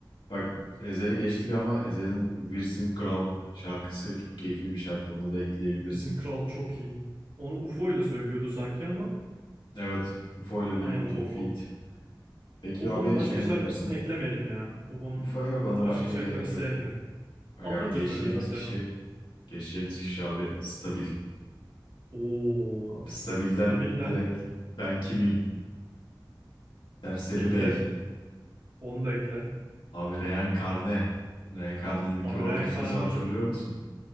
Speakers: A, on the left (about 80°); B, on the right (about 90°).
A: Bak Ezel'i geçtik ama Ezel'in Wirsin Kral şarkısı çok keyifli bir şarkı. Onu da ekleyebilirsin.
B: Jason Kral çok iyi. Onu UFO ile söylüyordu sanki ama.
A: Evet. UFO
B: UFO,
A: ile bir,
B: aynen UFO
A: bir
B: UFO.
A: feat. Peki
B: UFO'nun
A: abi
B: başka
A: şeye
B: şarkısını
A: ne dersin?
B: eklemeyelim ya. UFO'nun
A: UFO yok ona
B: başka
A: başka
B: şarkılarını
A: gerek
B: sevmiyorum.
A: yok. Bak
B: Almanca
A: abi geçeceğimiz
B: söylüyor zaten
A: kişi
B: o.
A: Geçeceğimiz kişi abi Stabil.
B: Oo.
A: Abi Stabil'den
B: Stabilden
A: direkt ben kimim? Serseri
B: ekle.
A: Bey.
B: Onu da ekle.
A: Abi Reenkarne. Reenkarne'deki
B: Abi
A: oradaki
B: Reencarne'yi
A: sözü hatırlıyor musun?